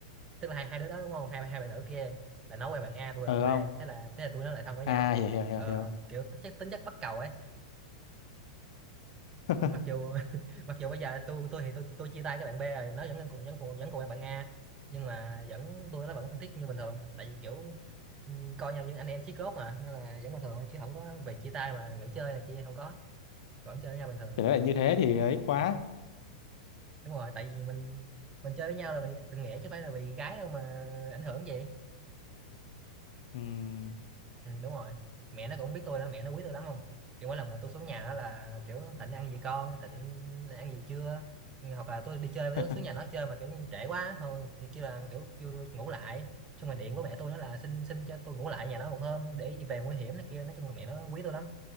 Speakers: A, on the right; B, on the left.
A: tức là hai hai đứa đó đúng không hai hai bạn nữ kia là nó quen bạn A tôi
B: Ờ
A: quen
B: không.
A: bạn B thế là thế là tụi nó lại thân với nhau
B: À hiểu hiểu hiểu
A: ờ,
B: hiểu.
A: kiểu tính chất tính chất bắt cầu ấy
B: <laughs>
A: mặc dù <laughs> mặc dù bây giờ tôi tôi thì tôi tôi chia tay cái bạn B rồi nó vẫn còn vẫn còn vẫn còn quen bạn A nhưng mà vẫn tôi nó vẫn thân thiết như bình thường tại vì kiểu ừ, coi nhau như anh em chí cốt mà nên là vẫn bình thường thôi, chứ không có về chia tay mà nghỉ chơi này kia không có vẫn chơi với nhau bình thường
B: Thì đấy là như thế thì ấy quá.
A: đúng rồi tại vì mình mình chơi với nhau là vì tình nghĩa chứ không phải là vì gái đâu mà ảnh hưởng gì
B: Ừm.
A: Ừ, đúng rồi mẹ nó cũng biết tôi đó mẹ nó quý tôi lắm không kiểu mỗi lần mà tôi xuống nhà đó là kiểu Thịnh ăn gì con Thịnh ăn gì chưa Ừ, hoặc là tôi đi chơi với-
B: <laughs>
A: xuống nhà nó chơi mà kiểu trễ quá thôi thì kêu là kiểu kêu tôi ngủ lại xong rồi điện của mẹ tôi nó là xin xin cho tôi ngủ lại nhà nó một hôm để về nguy hiểm này kia nói chung là mẹ nó quý tôi lắm